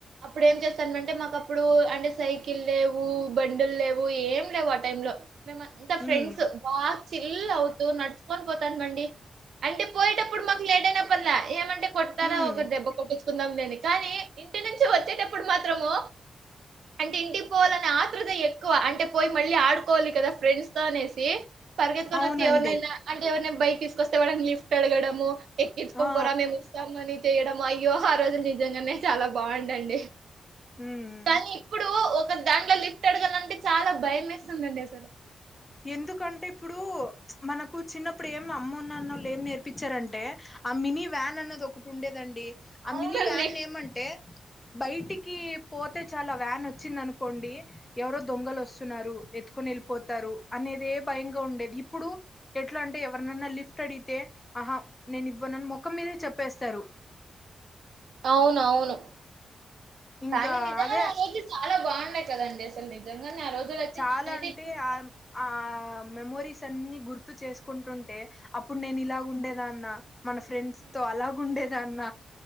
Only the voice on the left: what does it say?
ఉమ్
ఉమ్
అవునండి
ఆ
ఉమ్
ఎందుకంటే ఇప్పుడు మనకు చిన్నప్పుడు ఏం అమ్మానాన్న వాళ్ళు ఏం నేర్పించారంటే ఆ మినీ వ్యాన్ అనేది ఒకటి ఉండేదండి ఆ
మినీ వ్యాన్ ఏమంటే బయటికి పోతే చాలా వ్యాన్ వచ్చింది అనుకోండి ఎవరో దొంగలు వస్తున్నారు ఎత్తు ఎత్తుకుని వెళ్ళిపోతారు అనేదే భయంగా ఉండేది ఇప్పుడు ఎట్లా అంటే ఎవరినైన లిఫ్ట్ అడిగితే ఆహా నేను ఇవ్వను మోఖం మీదే చెప్పేస్తారు
ఇంకా
అదే
చాలా
అంటే
ఆ
ఆ మెమోరీస్ అన్ని గుర్తు చేసుకుంటుంటే అప్పుడు నేను ఇలా ఉండేదాన్నా మన ఫ్రెండ్స్
తో అలాగుండేదాన్న